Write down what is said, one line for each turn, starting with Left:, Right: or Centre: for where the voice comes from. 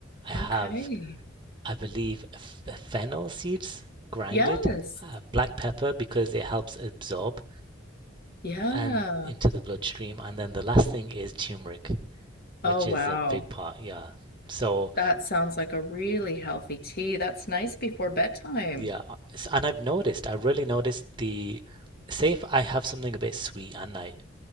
Right: I have
Left: Okay.
Right: I believe f- fennel seeds grinded,
Left: Yes.
Right: uh, black pepper because it helps absorb
Left: Yeah.
Right: and into the bloodstream, and then the last thing is turmeric, which
Left: Oh, wow.
Right: is a big part. Yeah. So
Left: That sounds like a really healthy tea. That's nice before bedtime.
Right: yeah, uh, s- and I've noticed, I really noticed the say if I have something a bit sweet at night,